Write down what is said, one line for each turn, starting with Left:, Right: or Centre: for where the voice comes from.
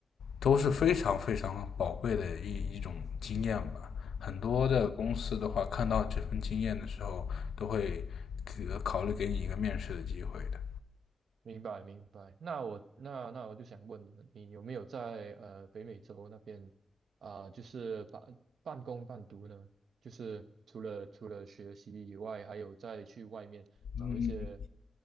Left: 都是非常非常宝贵的一一种经验吧。很多的公司的话，
Right: 嗯，
Left: 看到这份经验的时候，都会给考虑给你一个面试的机会的。
Right: 明白明白。那我那那我就想问了，你有没有在呃北美洲那边啊、就是半半工半读呢？就是除了除了学习以外，还有再去外面找一些
Left: 嗯，